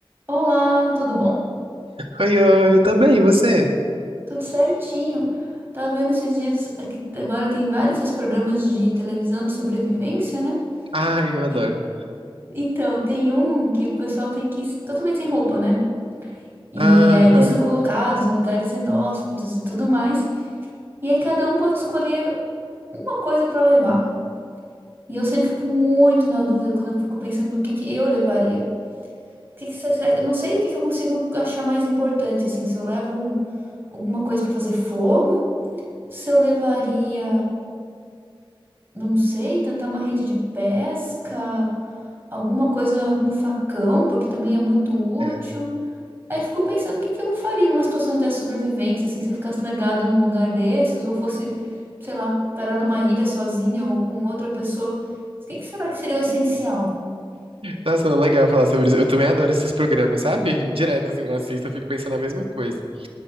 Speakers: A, on the right; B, on the right.
A: Olá, tudo bom?
B: Oi, oi, eu tô bem, e você?
A: Tudo certinho. Tava vendo esses dias aqui, agora tem vários esses programas de televisão de sobrevivência, né?
B: Ai, eu adoro.
A: E então, tem um que o pessoal tem que ir totalmente sem roupa, né? E
B: Aham,
A: aí eles são colocados em lugares inóspitos e tudo mais. E aí cada um pode escolher uma coisa pra levar. E eu sempre fico muito na dúvida quando eu fico pensando no que que eu levaria. O Que que, se- se- eu não sei o que que eu consigo achar mais importante, assim, se eu levo um- alguma coisa pra fazer fogo Se eu levaria, não sei, tentar uma rede de pesca, alguma coisa, um facão, porque também é muito útil.
B: é.
A: Aí fico pensando o que que eu faria numa situação de sobrevivência, assim, se eu ficasse largado num lugar desses, ou fosse, sei lá, parar numa ilha sozinha ou com outra pessoa. O que que será que seria o essencial?
B: Nossa, não, legal falar sobre isso. Eu também adoro esses programas, sabe? <laughs> Direto, assim, eu assisto, eu fico pensando a mesma coisa.